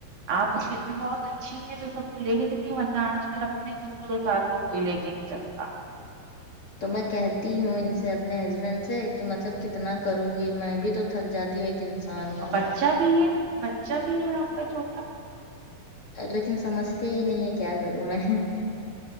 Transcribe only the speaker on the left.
تو میں کہتی ہوں ان سے اپنے ہسبینڈ سے کہ مطلب کتنا کروں گی میں بھی تو تھک جاتی ہوں ایک انسان ہوں
لیکن سمجھتے ہی نہیں ہے کیا کروں میں